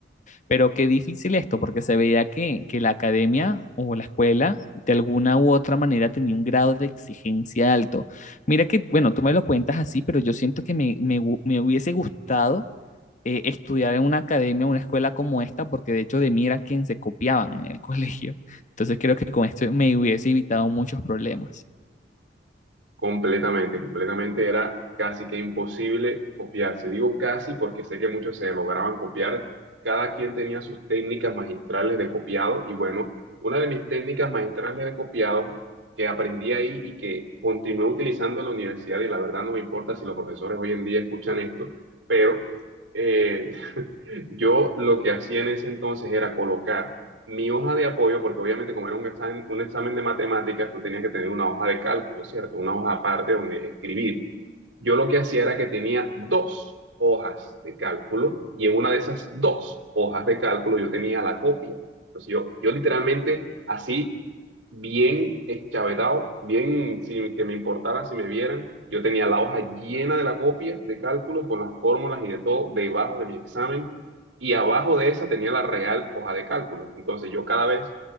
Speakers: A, on the left; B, on the right.
A: Pero qué difícil esto, porque se veía que, que la academia o la escuela de alguna u otra manera tenía un grado de exigencia alto. Mira que, bueno, tú me lo cuentas así, pero yo siento que me, me gu- me hubiese gustado eh, estudiar en una academia, una escuela como esta, porque de hecho de mí era quien se copiaban en el <laughs> colegio. Entonces creo que con esto me hubiese evitado muchos problemas.
B: Completamente, completamente era casi que imposible copiarse. Digo casi porque sé que muchos se lograban copiar. Cada quien tenía sus técnicas magistrales de copiado y bueno, una de mis técnicas magistrales de copiado que aprendí ahí y que continué utilizando en la universidad y la verdad no me importa si los profesores hoy en día escuchan esto, pero eh, <laughs> yo lo que hacía en ese entonces era colocar mi hoja de apoyo, porque obviamente como era un examen, un examen de matemáticas, tú tenías que tener una hoja de cálculo, ¿cierto? Una hoja aparte donde escribir yo lo que hacía era que tenía dos hojas de cálculo y en una de esas dos hojas de cálculo yo tenía la copia. Entonces yo, yo literalmente así, bien eschavetado, bien sin que me importara si me vieran, yo tenía la hoja llena de la copia de cálculos con las fórmulas y de todo debajo de mi examen y abajo de esa tenía la real hoja de cálculos. Entonces yo cada vez...